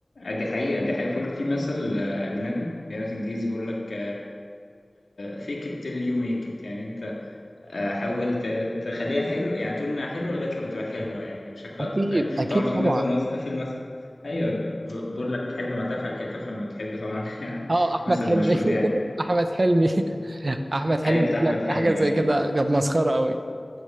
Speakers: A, on the left (about 70°); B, on the right (about 80°).
A: دي حقيقة دي حقيقة بيقول في مثل آه، أجنبي في مثل إنجليزي بيقول لك فيك it till you make it يعني أنت آه، حاول ت- تخليها حلو يعني تقول انها حلوه لغايه لما تبقى حلوه يعني وشكلها
B: اكيد
A: تلقائي
B: اكيد
A: طبعا في
B: طبعا
A: مثل وص... في المثل ايوه ب- بقول لك حب ما تفعل كي تفعل ما تحب طبعا <laughs> يعني
B: اه احمد
A: مثل
B: حلمي
A: مشهور يعني
B: <laughs> احمد حلمي <laughs> احمد حلمي
A: ايوه
B: بيقول
A: بتاع احمد
B: لك
A: حلمي
B: حاجه زي
A: ايوه
B: كده كانت مسخره قوي